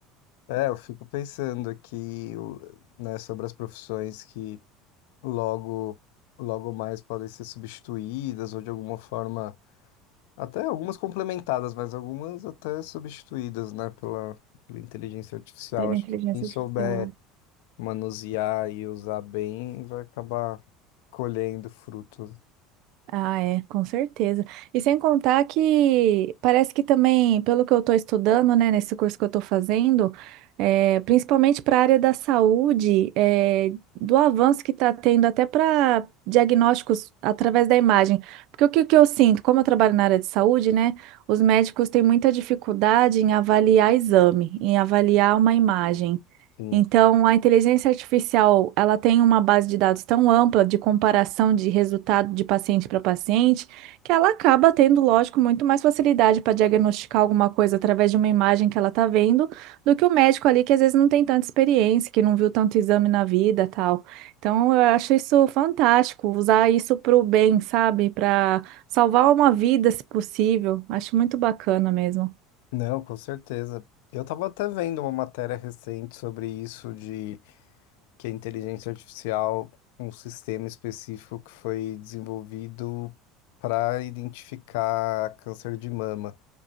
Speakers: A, on the left; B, on the right.
A: É, eu fico pensando aqui, o- né, sobre as profissões que logo, logo mais podem ser substituídas ou de alguma forma Até algumas complementadas, mas algumas até substituídas, né, pela, pela inteligência artificial.
B: Pela
A: Acho
B: inteligência
A: que quem souber
B: artificial,
A: manusear e usar bem vai acabar colhendo frutos.
B: Ah, é, com certeza. E sem contar que parece que também, pelo que eu estou estudando, né, nesse curso que eu estou fazendo, é, principalmente para a área da saúde, é, do avanço que está tendo até para diagnósticos através da imagem. Porque o que, que eu sinto, como eu trabalho na área de saúde, né, os médicos têm muita dificuldade em avaliar exame, em avaliar uma imagem.
A: Sim.
B: Então, a inteligência artificial, ela tem uma base de dados tão ampla de comparação de resultado de paciente para paciente, que ela acaba tendo, lógico, muito mais facilidade para diagnosticar alguma coisa através de uma imagem que ela está vendo, do que o médico ali que às vezes não tem tanta experiência, que não viu tanto exame na vida, tal. Então, eu acho isso fantástico, usar isso para o bem, sabe? Para salvar uma vida, se possível. Acho muito bacana mesmo.
A: Não, com certeza. Eu estava até vendo uma matéria recente sobre isso, de que a inteligência artificial, um sistema específico que foi desenvolvido para identificar câncer de mama.